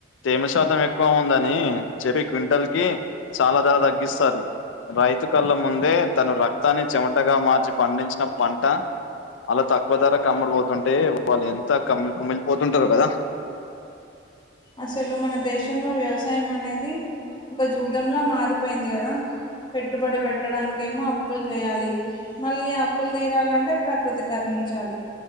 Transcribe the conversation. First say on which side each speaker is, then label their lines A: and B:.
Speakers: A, on the left; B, on the left.
A: తేమ శాతం ఎక్కువ ఉందని చెప్పి క్వింటల్ కి చాలా ధర తగ్గిస్తారు రైతు కల్ల ముందే తను రక్తాన్ని చెమటగా మార్చి పండించిన పంట అలా తక్కువ ధరకమ్ముడి పోతుంటే వాళ్ళు ఎంత కమ్మి కుమ్మిలిపోతుంటారు కదా
B: అసలు మన దేశంలో వ్యవసాయం అనేది ఒక జూదంలా మారిపోయింది కదా పెట్టుబడి పెట్టడానికేమో అప్పులు జేయాలి మళ్ళీ అప్పులు తీరాలంటే ప్రకృతి కరణించాలి